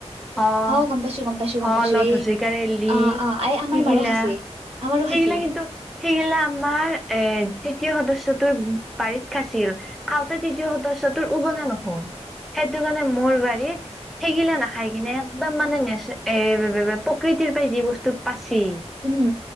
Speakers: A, in the centre; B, on the right.
A: অ',
B: গম পাইছো গম পাইছো
A: হলথি
B: গম পাইছো এই
A: লি
B: অ অ এই আমাৰ
A: হিগিলা',
B: মাৰো খাইছে আমাৰো
A: সেইফালে
B: খাইছিল
A: কিন্তু সেইগিলা আমাৰ এ তি', তৃতীয় সদস্যটোৱে বাৰীত খাছিল খাওঁতে তৃতীয় সদস্যটোৰ উজনেই নহল সেইটো মানে মোৰ বাৰীত সেগিলা নাখায়', এনে একদম মানে নেচে, এই বে-বে-বে প্ৰকৃতিৰ পৰা যি বস্তু', পাচি,
B: উম